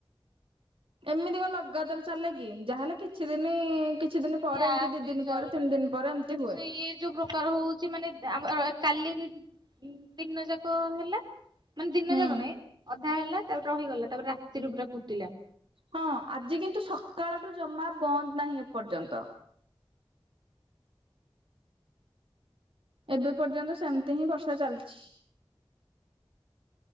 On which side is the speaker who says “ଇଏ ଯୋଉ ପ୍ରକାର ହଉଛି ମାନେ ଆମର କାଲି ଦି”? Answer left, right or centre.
Right